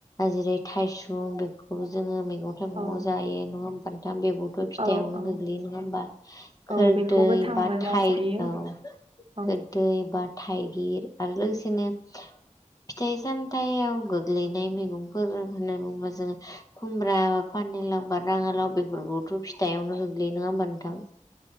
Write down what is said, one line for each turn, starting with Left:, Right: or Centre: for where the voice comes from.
Left: जेरै थायसुम बेफोरखौबो जोङो मैगं नथ गङआव
Right: औ
Left: जायो नङा होमबा नोंथां बेब'थ' फिथायाइावनो
Right: औ औ
Left: गोग्लैयो नङा होमबा खोरदै
Right: औ बेखौबो थांबो
Left: बा
Right: जाजायो
Left: थाइ औ
Right: औ
Left: खोर दै बा थाइगिर आरो लोगोसेनो फिथाइ सामथायाव गोग्लैनाय मैगंफोर होननानै बुङोबा जोङो खुमब्रा पानिलाव बा राङालाव बेफोरखौथ' फिथायावनो गोग्लैयो नङा होमबा
Right: औ
Left: नोंथां?